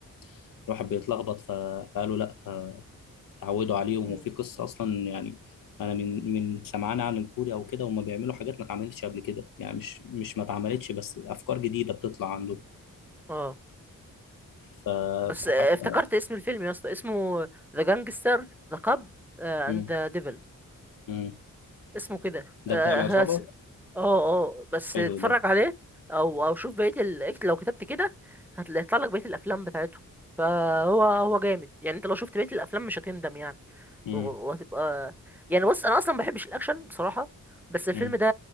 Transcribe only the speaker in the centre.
مم.
اه
بس
آه، افتكرت اسم الفيلم يا اسطى اسمه ذا جانجستر ذا كاب اند
ذا ديفل
اسمه كده
اه
ها- س- اه آه، بس
اتفرج
عليه او او شوف بقيه ال... اكت- لو كتبت كده هتطلع لك بقيه الافلام بتاعته فهو هو جامد يعني انت لو شفت بقيه الافلام مش هتندم يعني
و- وهتبقى يعني بص انا اصلا ما بحبش الاكشن بصراحه بس الفيلم
ده